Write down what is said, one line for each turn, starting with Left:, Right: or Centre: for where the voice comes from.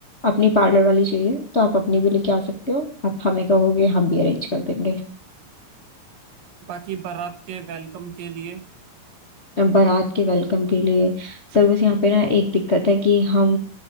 Left: अपनी पार्लर वाली चाहिए तो आप अपनी भी लेके आ सकते हो आप हमें कहोगे हम भी अरेंज कर देंगे
Right: बाकी बारात के वेलकम के लिए
Left: बारात के वेलकम के लिए सर बस यहाँ पे ना एक दिक्कत है कि हम